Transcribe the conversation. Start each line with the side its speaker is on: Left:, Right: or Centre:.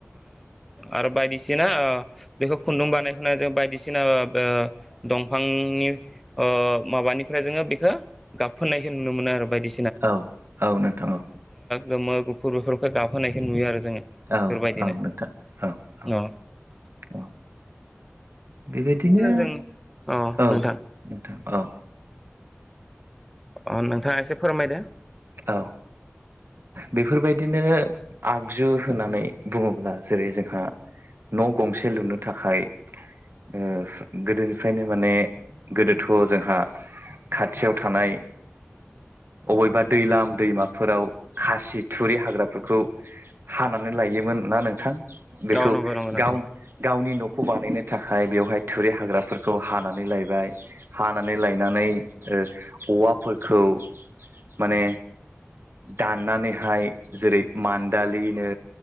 Centre: आरो बायदिसिना बेखौ खुन्दुं बानायखौनो जों बायदिसिना ना ओ दंफांनि ओ माबानिफ्राय जोंङो बेखो गाबफोननाय नुनो मोनो आरो बायदि
Right: औ औ नोंथां
Centre: गोमो गुफुर बेफोरखौ गाबहोनायखौ नुयो आरो जोंङो बेफोरबायदिनो
Right: औ औ नोंथां औ औ
Centre: ओ
Right: औ बेबायदिनो
Centre: जों अ
Right: औ
Centre: नोंथां
Right: नोंथां औ
Centre: अ नोंथाङा एसे फोरमायदो
Right: औ ओ बेफोरबायदिनो आगजु होननानै बुङोब्ला जेरै जोंहा न' गंसे लुनो थाखाय ओ गोदोनिफ्रायनो माने गोदोथ' जोंहा खाथियाव थानाय अबेबा दैलाम दैमाफोराव खासि थुरि हाग्राफोरखौ हानानै लायोमोन ना नोंथां बेखौ
Centre: औ नंगौ नंगौ नोंथां
Right: गाव गावनि न' खौ बानायनो थाखाय बेवहाय थुरि हाग्राफोरखौ हानानै लायबाय हानानै लायनानै ओ औवाफोरखौ माने दाननानैहाय जेरै मान्दालिनो